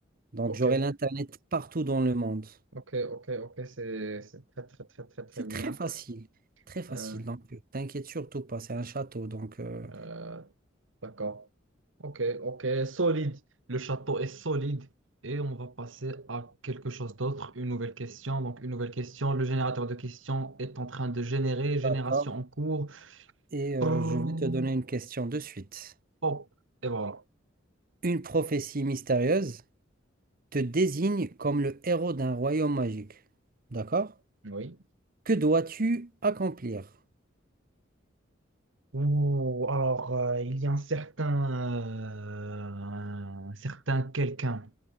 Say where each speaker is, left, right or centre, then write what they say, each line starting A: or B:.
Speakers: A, on the right; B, on the right.
A: Donc
B: ok,
A: j'aurai l'Internet partout dans le monde.
B: ok, ok, ok, c'est c'est très très très très très
A: C'est
B: bien.
A: très facile, très facile.
B: Euh,
A: Donc euh, t'inquiète surtout pas, c'est un château. Donc euh,
B: euh, d'accord. Ok, ok, solide. Le château est solide. Et on va passer à quelque chose d'autre, une nouvelle question. Donc, une nouvelle question. Le générateur de questions est en train de générer. Génération
A: d'accord.
B: en cours.
A: Et euh,
B: Prrrr.
A: je vais te donner une question de suite.
B: Hop. Et voilà.
A: Une prophétie mystérieuse te désigne comme le héros d'un royaume magique. D'accord?
B: Oui.
A: Que dois-tu accomplir?
B: Ouh, alors, euh, il y a un Certain, euh, un certain quelqu'un.